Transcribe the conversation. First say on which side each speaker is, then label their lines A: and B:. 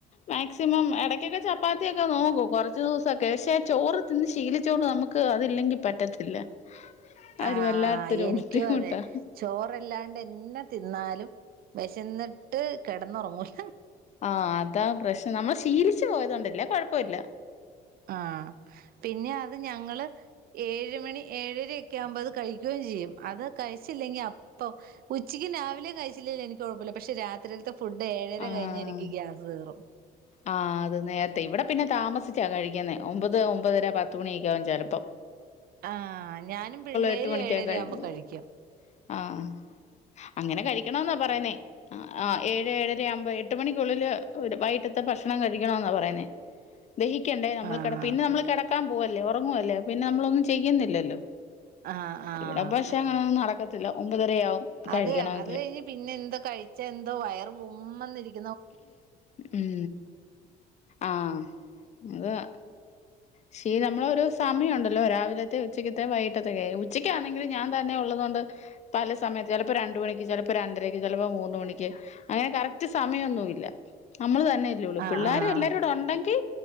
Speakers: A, on the left (about 40°); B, on the right (about 60°).
A: മാക്സിമം ഇടയ്ക്കൊക്കെ ചപ്പാത്തിയൊക്കെ നോക്കും കുറച്ച് ദിവസൊക്കെ പക്ഷെ ചോറ് തിന്ന് ശീലിച്ചോണ്ട് നമുക് ക്ക് അതില്ലെങ്കി പറ്റത്തില്ല അതൊരു
B: ആഹ്
A: വല്ലാത്തൊരു
B: എനിക്കും
A: ബുദ്ധിമുട്ടാ
B: അതെ ചോറല്ലാണ്ടെന്ന തിന്നാലും ചെന്നിട്ട് കിടന്നുറങ്ങൂല
A: ആഹ് അതാ പ്രശ്നം നമ്മൾ ശീലിച്ച് പോയതോണ്ട അല്ലേ കുഴപ്പമില്ല
B: ആഹ് പിന്നെ അത് ഞങ്ങള് ഏഴ് മണി ഏഴരയൊക്കെ ആകുമ്പോ അത് കഴിക്കുകയും ചെയ്യും അത് കഴിച്ചില്ലെങ്കി അപ്പൊ ഉച്ചക്കും രാവിലേം കഴിച്ചില്ലെങ്കി എനിക്ക് കുഴപ്പമില്ല പക്ഷെ രാത് ത്രിൽത്തെ ഫുഡ് ഏഴര
A: ആഹ്
B: കഴിഞ്ഞ എനിക്ക് ഗ്യാസ് കേറും
A: ആഹ് അത് നേരത്തെ ഇവിടെ പിന്നെ താമസിച്ചാ കഴിക്കുന്നെ ഒമ്പത് ഒമ്പതര പത്ത്മണിയൊക്കെ ആകും ചിലപ്പം
B: ആഹ് ഞാനും പിള്ളേരും
A: എട്ട് മണിക്കാ
B: ഏഴേര
A: കഴിക്കുന്നെ
B: ആവുമ്പോ കഴിക്കും
A: ആഹ് അങ്ങനെ കഴിക്കണവെന്നാ പറയുന്നേ ആഹ് ഏഴ് ഏഴര ആകുമ്പോ എട്ട് മണിക്കുള്ളില് വൈ കിട്ടത്ത ഭക്ഷണം കഴിക്കണ പറയുന്നെ ദഹിക്കണ്ടേ നമ്മള്
B: ആഹ്
A: കെട പിന്നെ നമ്മൾ കിടക്കാൻ പോവല്ലേ ഉറങ്ങുവല്ലേ പിന്നെ നമ്മളൊന്നും ചെയ്യുന്നില്ലല്ലോ
B: ആഹ് ആഹ്
A: ഇവിടെ ഭക്ഷ് അങ്ങനെയൊന്നും നടക്കത്തില്ല ഒമ്പതരയാവും കഴിക്കണമെങ്കില്
B: അത് അത് കഴിഞ്ഞ് പിന്നെ എന്തോ കഴിച്ച എന്തോ വയർ ബുമ്മെന്ന് ഇരിക്
A: ഉം ആഹ് അതാ ക്ഷേ നമ്മളൊരു സമയം ഉണ്ടല്ലോ രാവിലത്തെ ഉച്ചക്കൽതേം വൈകിട്ടതേം ഉച്ചയ്ക്കാണെങ്കിൽ ഞാൻ തന്നെ ഉള്ളതൊണ്ട് പല സമയത്ത് ചിലപ്പോ രണ്ട് മണിക്ക് ചിലപ്പോ രണ്ടരയ്ക്ക് ചിലപ്പോ മൂന്ന് മണിക്ക് അങ്ങനെ കറക്റ്റ് സമയം ഒന്നുമില്ല നമ്മള് തന്നെ ഒള്ള്
B: ആഹ്
A: പിള്ളാരും
B: ആഹ്
A: എല്ലാരും ഉണ്ടെങ്കിൽ